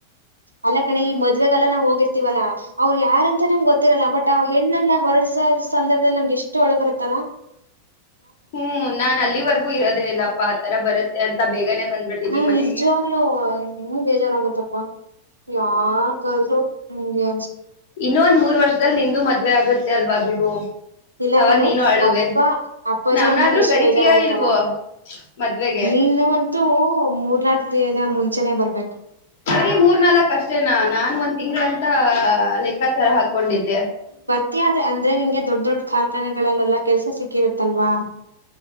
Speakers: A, on the right; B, on the left.
A: ಅಲ್ಲ ಕಣೆ ಈ ಮದ್ವೆಗಲ್ಲ ನಾವ್ ಹೋಗಿರ್ತೀವಲ್ಲಾ ಅವ್ರು ಯಾರಂತ ನಮ್ಗೆ ಗೊತ್ತಿರಲ್ಲ ಬಟ್ ಅವ್ ಹೆಣ್ಣನ್ನ ಹೊರಡ್ಸೋ ಸಂದರ್ಭದಲ್ಲಿ ನಮ್ಗೆ ಎಷ್ಟು ಅಳು ಬರುತ್ತಲ್ಲ
B: ಹ್ಮ್ ನಾನ್ ಅಲ್ಲಿವರ್ಗೂ ಇರೋದೇ ಇಲ್ಲಪ್ಪಾ ಆತರ ಬರುತ್ತೆ ಅಂತ ಬೇಗನೆ ಬಂದ್ಬಿಡ್ತೀನಿ
A: ಹ್ಮ್
B: ಮನೆಗೆ
A: ನಿಜವಾಗ್ಲೂ ಹೆಂಗ್ ಬೇಜಾರ್ ಆಗುತಪ್ಪ ಯಾರ ಕದುು ಹಸ <unintelligible>
B: ಇನ್ನೊ ಒಂದ್ ಮೂರ್ ವರ್ಷದಲ್ಲಿ ನಿಂದು ಮದ್ವೆ ಆಗುತ್ತೆ ಅಲ್ವಾ ಬಿಡು
A: ಇಲ್ಲ
B: ಅವಾಗ
A: ಕಣೆ
B: ನೀನು ಆಡುವೆ
A: ಅಪ್ಪ ಅಪ್ಪಾಜಿ
B: ನಮನ
A: ಅಮ್ಮಗ್
B: ಆದ್ರೂ
A: ಎಷ್ಟ್
B: ಕರಿತೀಯಾ
A: ಬೇಜಾರಾಗತ್ತಲ್ಲ
B: ಇಲ್ವೋ ಮದ್ವೆೆಗೆ
A: ನೀನು ಅಂತೂ ಮೂರ್ನಾಕ್ ದಿನ ಮುಂಚೆನೆ ಬರ್ಬೇಕು
B: ಸರಿ ಮೂರ್ ನಲ್ಕ್ ಅಷ್ಟೇನಾ ನಾನು ಒಂದ್ ತಿಂಗಳಂತ ಲೆಕ್ ಕ್ಕಾಚರ ಹಾಕೊಂಡಿದ್ದೆ
A: ಅ ಅಂದ್ರೆ ನಿಂಗೆ ದೊಡ್ಡ ದೊಡ್ಡ ಕಾರ್ಖಾನೆಗಳಲ್ಲೆಲ್ಲಾ ಕೆಲ್ಸ ಸಿಕ್ಕಿರುತ್ತಲ್ವಾ